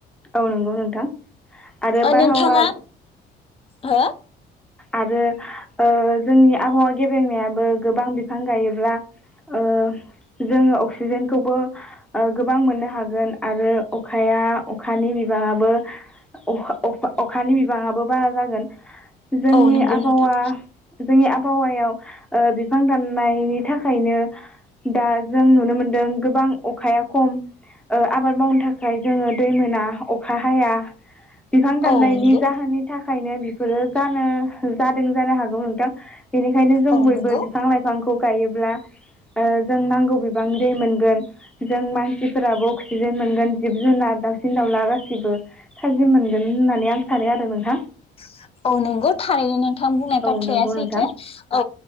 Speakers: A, in the centre; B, on the left (about 30°).
A: औ नंगौ नोंथां आरो
B: ओ
A: बारहावा
B: नोंथाङा हो
A: आरो ओ जोंनि आबहावा गेबेंनायाबो गोबां बिफां गायोब्ला ओ जोङो अक्सिजेनखौबो ओ गोबां मोननो हागोन आरो अखाया अखानि बिबाङाबो अख-अख-अखानि बिबाङाबो बारा जागोन। जोंनि
B: औ नंगौ
A: आबहावा
B: नोंथां
A: जोंनि आबहावायाव बिफां दाननायनि थाखायनो दा जों नुनो मोनदों गोबां अखाया खम आबाद मावनो थाखाय जोङो दै मोना अखा हाया बिफां दाननायनि
B: औ नंगौ
A: जाहोननि थाख खायनो बेफोरो। जानो जादों जानो हागौ नोंथां। बेनिखायनो जों
B: औ
A: बयबो
B: नंगौ
A: बिफां लाइफां खौ गायोब्ला जों नांगौ बिबांनि दै मोनगोन जों मान जिफोराबो अक्सिजेन मोनगोन जिब जुनार दावउसिन दाउला गाससिबो थाजिम मोनगोन। होननानै आं सानो आरो नोंथां।
B: <inaudible> औ नंगौ थारैनो नोंथां बुंनाय बाथ्राया
A: औ नंगौ
B: सैथो
A: नोंथां
B: औ